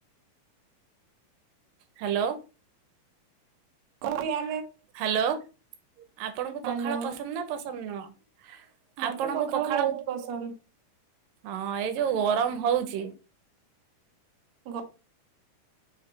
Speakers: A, on the right; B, on the right.
A: ହାଲୋ।
B: କ ୟା
A: ହ୍ୟାଲୋ ଆପଣଙ୍କୁ
B: ହ୍ୟାଲୋ
A: ପଖାଳ ପସନ୍ଦ ନା ପସନ୍ଦ ନୁହଁ?
B: ମତେ
A: ଆପଣଙ୍କ ପଖାଳ
B: ବହୁତ ପସନ୍ଦ।
A: ହଁ ଏଇ ଯୋଉ ଗରମ ହଉଛି।
B: ଗରମ